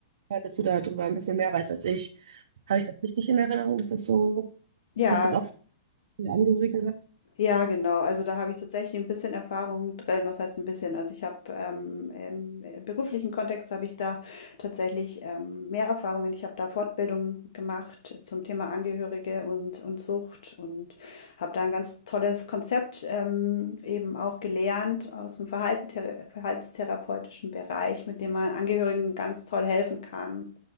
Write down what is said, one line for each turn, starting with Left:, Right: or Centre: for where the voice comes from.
Right: gehört, dass du darüber ein bisschen mehr weißt als ich? Habe ich das richtig in Erinnerung, dass das so,
Left: Ja,
Right: dass das auch so viele Angehörige hat?
Left: ja, genau. Also da habe ich tatsächlich ein bisschen Erfahrung drin. Was heißt ein bisschen? Also ich habe ähm, im äh, beruflichen Kontext habe ich da tatsächlich ähm, mehr Erfahrungen. Ich habe da Fortbildungen gemacht zum Thema Angehörige und, und Sucht und habe da ein ganz tolles Konzept ähm, eben auch gelernt aus dem Verhalten, verhaltenstherapeutischen Bereich, mit dem man Angehörigen ganz toll helfen kann.